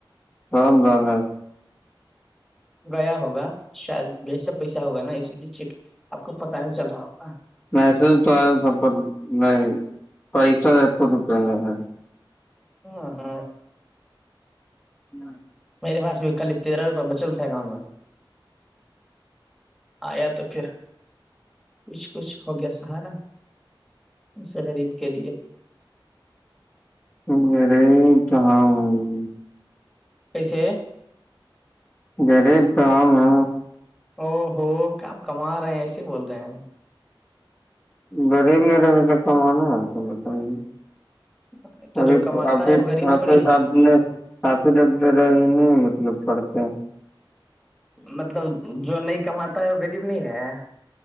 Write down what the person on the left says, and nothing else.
رم رام
میسج تو آیا س پر نہیں پیسہ رپ میں
ہوں
میرے کہاں ہوی
غریب تو ہم ہ
غریب میں رہنے تک کمانا ہے تو بتائیے
ابھی
ابھر
آھر
آ نے کافی لگ رہا یہ نہیں مطلب پڑتے